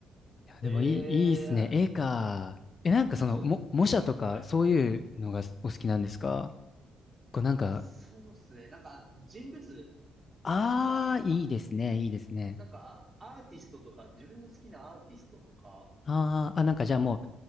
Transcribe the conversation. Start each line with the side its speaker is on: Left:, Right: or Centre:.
Left: や、でもいい、
Right: え <laughs>
Left: いいっすね。絵か。
Right: え
Left: え、
Right: あ、
Left: なんかその、
Right: あそうなんですよ。
Left: も、模写とか、
Right: え、じゃ、はい。
Left: そういうのがお好きなんですかこうなんか、
Right: あ、そうですね。なんか、人物
Left: ああ、
Right: とか、なんか、
Left: いいですね、いいですね。
Right: なんか、アーティストとか、自分の好きなアーティストとか、
Left: あああ、なんかじゃあもう、